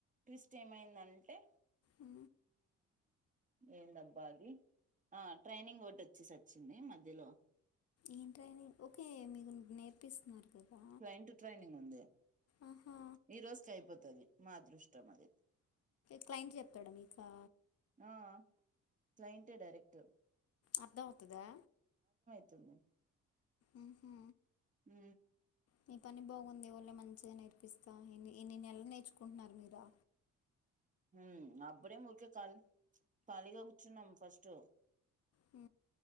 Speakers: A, on the right (about 25°); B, on the left (about 55°).
A: ట్విస్ట్ ఏమైందంన్ ఉంటే
B: ఉ
A: ఏం బ్బా అది ఆ ట్రైనింగ్ బోర్డ్ వచ్చి సచ్చింది మధ్యలో
B: ఏంటైని ఓకే మీకు నేర్పిస్తున్నారు కదా
A: ఫ్లైట్ ట్రైనింగ్ ఉంది
B: ఆహా
A: ఈ రోజుకి అయిపోతుది మా అదృష్టం ఆది
B: క్లయింట్ చెప్తాడా మీకా
A: ఆ క్లయింటే డైరెక్ట్
B: అర్థం అవుతదా
A: <unintelligible>
B: ఉహు
A: ఊ
B: మీ పని బాగుంది ఎవరో మంచిగా నేర్పిస్తాను ఎన్ని ఎన్ని నెలలు నేర్చుకుంటున్నారు మీరా
A: ఉ అప్పుడే ముచ్చట్లు ఖ ఖాళీగా కూర్చున్నాం ఫస్ట్
B: ఉ